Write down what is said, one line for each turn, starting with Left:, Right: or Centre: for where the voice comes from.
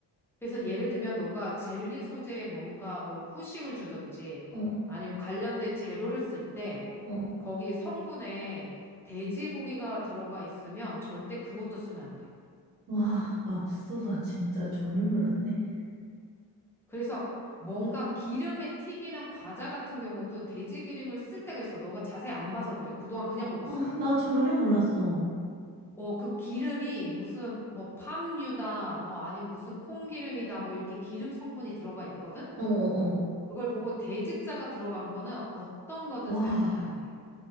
Centre: 그래서 예를 들면 너가 젤리 소재에 뭔가 뭐 후식을 주든지
Right: 어,
Centre: 아니면 관련된 재료를 쓸 때
Right: 어.
Centre: 거기 성분에 돼지고기가 들어가 있으면 절대 그것도 쓰면 안 돼.
Right: 와, 맙소사 진짜 전혀 몰랐네.
Centre: 그래서 뭔가 기름에 튀기는 과자 같은 경우도 돼지 기름을 쓸 때가 있어. 너가 자세히 안 봐서 그래. 그동안 그냥 먹었으니까.
Right: 아, 나 전혀 몰랐어.
Centre: 어, 그 기름이 무슨 뭐 팜유다, 뭐 아니면 무슨 콩기름이다, 뭐 이렇게 기름 성분이 들어가 있거든?
Right: 어, 어, 어.
Centre: 그걸 보고 돼지자가 들어간 거는 어떤 거든
Right: 와,
Centre: 사용하면 안 돼.